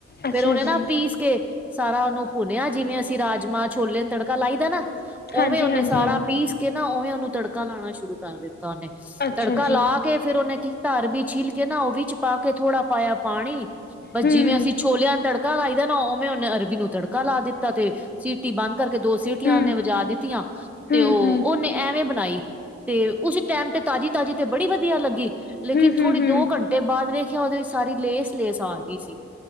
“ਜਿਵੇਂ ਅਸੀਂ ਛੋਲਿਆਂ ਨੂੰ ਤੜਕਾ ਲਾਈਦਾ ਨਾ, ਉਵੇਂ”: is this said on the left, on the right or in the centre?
Centre